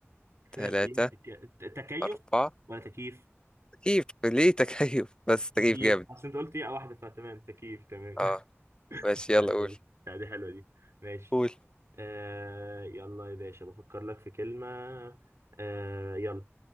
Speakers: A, on the right; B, on the left.
A: ف...
B: تلاتة
A: يا- ك- تكيف
B: أربعة
A: ولا تكييف
B: تكييف ليه تكييف <laughs> بس تكييف
A: تكييف
B: جامد
A: اصل انت قلت ايه واحده فتمام تكييف تمام <laughs>
B: اه ماشي يلا
A: حلوه
B: قول
A: دي لا، دي حلوه دي ماشي
B: قول
A: آه... يلا يا باشا بفكر لك في كلمه آه... يلا